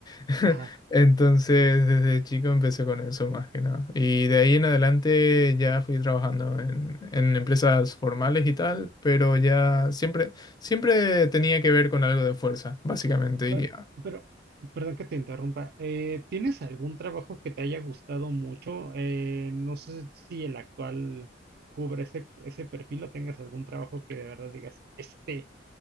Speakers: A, on the left; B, on the right.
A: <laughs>
B: ajá.
A: Entonces, desde chico empecé con eso más que nada. Y de ahí en adelante ya fui trabajando en, en empresas formales y tal, pero ya siempre, siempre tenía que ver con algo de fuerza, básicamente.
B: Pe-
A: Y
B: Pero, perdón que te interrumpa. eh, ¿tienes algún trabajo que te haya gustado mucho? Eh, no sé si el actual cubre ese, ese perfil o tengas algún trabajo que de verdad digas, este,